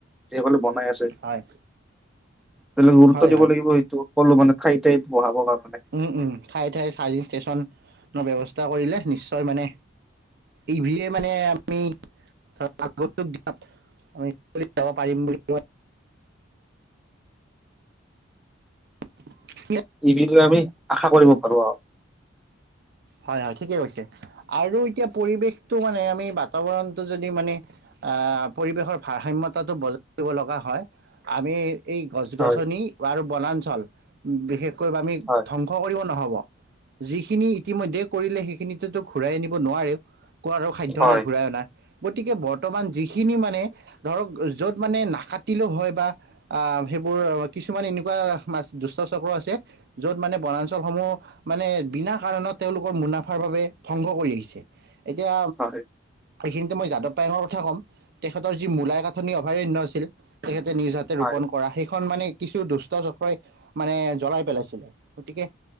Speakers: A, in the centre; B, on the right.
A: যিলে বনাই আছে। তেওঁ
B: হয়
A: লোক গুৰুত্ব
B: হয়
A: দিব
B: হয়
A: লাগিব সেইটো সকলো মানে ঠাই ঠাই বহাব কাৰনে
B: উম উম ঠায়ে ঠায়ে চাৰ্জিং ষ্টেচন ন ব্যৱস্থা কৰিলে নিশ্চয় মানে ইভিয়ে মানে আমি আমি যাব পাৰিম বুলি ক <unintelligible> <unintelligible>
A: ইভিৰ টো আমি আশা কৰিব পাৰোঁ আৰু
B: হয় হয় ঠিকে কৈছে আৰু এতিয়া পৰিৱেশটো মানে আমি বাৰ্তাবৰণতটো যদি মানে পৰিৱেশৰ ভাৰসাম্যতাটো বজাই ৰাখিব লগা হয়, আমি এই গছ
A: হয়
B: গছনি আৰু বনাঞ্চল বিশেষকৈ আমি
A: হয়
B: ধ্বংস কৰিব নোৱাৰো হব যিখিনি ইতিমধ্যে কৰিলে সেইখিনি ঘূৰাই আনিব নোৱাৰে। কোৱা আৰু সাধ্য
A: হয়
B: নাই ঘূৰাই অনা গতিকে বৰ্তমান যিখিনি মানে ধৰক য'ত মানে নাকাতিলেও হয় বা আহ বোৰ কিছুমান এনেকুৱা মাজ দুষ্ট চক্ৰ আছে যত মানে বনাঞ্চল সমূহ মানে বিনা কাৰণত তেওঁলোকৰ মুনাফাৰ বাবে ধ্বংস কৰি আহিছে এতিয়া
A: হয়
B: এইখিনিতে মই যাদৱ পায়ঙৰ কথা ক'ম তেখেতৰ যি মূলায় কাথনি অভয়াৰণ্য আছিল তেখেত নিজ যাতে
A: হয়
B: ৰোপণ কৰা সেই খন মানে কিছু দুষ্ট চক্ৰই মানে জ্বলাই পেলাইছে, গতিকে